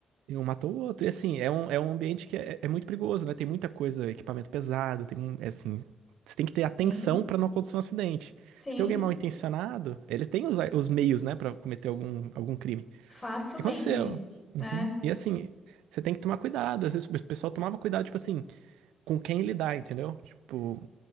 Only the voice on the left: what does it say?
Sim,
sim,
facilmente.
É,